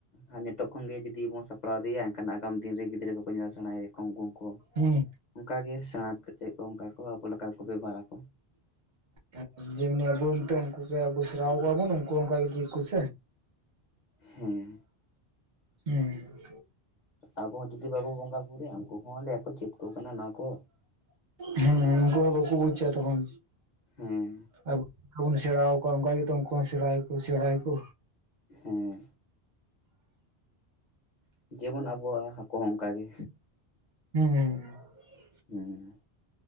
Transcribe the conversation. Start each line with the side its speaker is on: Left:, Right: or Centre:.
Left: ᱟᱨ ᱱᱤᱛᱚᱜ ᱠᱷᱚᱱᱜᱮ ᱡᱩᱫᱤ ᱵᱚᱱ ᱥᱟᱯᱲᱟᱣᱭᱟᱜ ᱭᱟ ᱮᱱᱠᱷᱟᱱ ᱟᱜᱟᱢ ᱫᱤᱱ ᱨᱮ ᱜᱤᱫᱽᱨᱟᱹ ᱠᱚᱠᱚ ᱧᱮᱞ ᱥᱮᱬᱟᱭᱟ ᱠᱚ ᱩᱱᱠᱩ ᱠᱚ
Right: ᱦᱩᱸ
Left: ᱚᱱᱠ ᱜᱮ ᱥᱮᱬᱟ ᱪᱮᱫ ᱠᱚ ᱚᱱᱠᱟ ᱠᱚ ᱟᱵᱚ ᱞᱮᱠᱟ ᱠᱚ ᱵᱮᱵᱚᱦᱟᱨᱟᱠᱚ
Right: ᱮ ᱡᱮᱢᱱᱤ ᱟᱵᱚ ᱱᱤᱛᱚᱜ ᱩᱱᱠᱩ ᱟᱵᱚ ᱥᱮᱨᱣᱟ ᱠᱚᱣᱟᱵᱚᱱ ᱩᱱᱠᱩ ᱚᱱᱠᱟᱜ ᱡᱮᱫ ᱠᱚᱥ
Left: ᱦᱮᱸ
Right: ᱦᱮᱸ
Left: ᱟᱵᱚ ᱦᱚᱸ ᱡᱩᱫᱤ ᱵᱟᱵᱚ ᱵᱚᱸᱜᱟ ᱵᱩᱨᱩᱭᱟ ᱩᱱᱠᱩ ᱦᱚᱸ ᱟᱞᱮᱭᱟ ᱠᱚ ᱪᱮᱫ ᱟᱠᱚ ᱠᱟᱱᱟ ᱚᱱᱟ ᱠᱚ
Right: ᱦᱮᱸ ᱩᱱᱠᱩ ᱦᱚᱸ ᱵᱟᱠᱚ ᱵᱩᱡ ᱛᱚᱠᱷᱚᱱ
Left: ᱦᱮᱸ
Right: ᱟᱵᱚ ᱵᱚᱱ ᱥᱮᱬᱟ ᱟᱠ ᱠᱚᱣᱟ ᱚᱱᱠᱟ ᱜᱮᱛᱚ ᱩᱱᱠᱩ ᱥᱮᱬᱟᱭ ᱠᱚ ᱥᱮᱬᱟᱭ ᱠᱚ
Left: ᱦᱮᱸ ᱡᱮᱢᱚᱱ ᱟᱵᱚᱣᱟᱜ ᱦᱟᱹᱠᱩ ᱦᱚᱸ ᱚᱱᱠᱟᱜᱮ
Right: ᱦᱩᱸ
Left: ᱦᱮᱸ